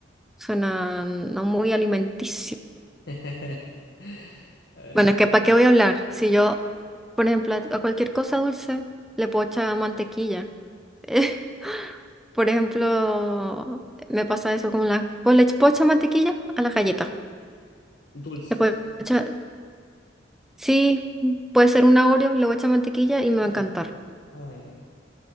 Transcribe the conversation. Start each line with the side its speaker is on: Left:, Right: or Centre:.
Centre: suena no muy alimenticio.
Left: <laughs> Eh,
Centre: Bueno, es que ¿para qué voy a hablar? Si yo, por ejemplo, a cualquier cosa dulce le puedo echar mantequilla <laughs> Por ejemplo, me pasa eso con la... Pues le puedo echar mantequilla a la galleta.
Left: dulces.
Centre: Le puedo echar- Sí, puede ser un Oreo, le voy a echar mantequilla y me va
Left: Ay,
Centre: a encantar.
Left: no. Ay, no.